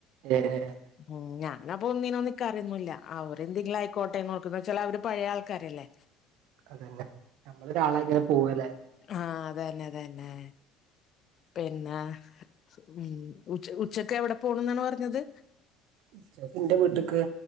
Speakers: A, on the right (about 75°); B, on the left (about 50°).
A: ഏ ഏ
B: ഉം ഞാൻ അപ്പൊ ഒന്നിനും നിക്കാറോന്നുംഇല്ല അവർ എന്തെങ്കിലും ആയിക്കോട്ടെ നോക്കും എന്താ വെച്ചാല് അവര് പഴയ ആൾക്കാരല്ലേ
A: അതന്നെ നമ്മള് ഒരാളായങ്ങനെ പോവല്ലെ
B: ആഹ്‌ അതന്നെ അതന്നെ പിന്നെ ഉം ഉ ഉച്ചക്ക് എവിടെ പോണം എന്നാണ് പറഞ്ഞത്
A: ഉച്ചക്ക് ന്റെ വീട്ട്ക്ക്